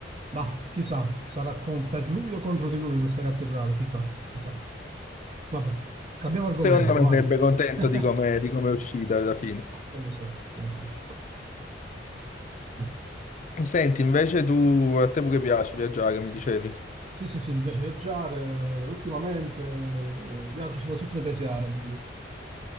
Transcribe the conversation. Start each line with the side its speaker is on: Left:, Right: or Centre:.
Right: bah, chissà, sarà con- per lui o contro di lui questa cattedrale, chissà, chissà. Vabbè, cambiamo argomento,
Left: Secondo me
Right: vai.
Left: sarebbe contento
Right: <laughs>
Left: di come di come è uscita alla fine.
Right: Ma non lo so, non lo so. Comunque.
Left: Senti, invece tu, a te pure piace viaggiare, mi dicevi.
Right: Sì, sì, sì, mi piace viaggiare. Ultimamente eh, viaggio soprattutto nei paesi arabi. io.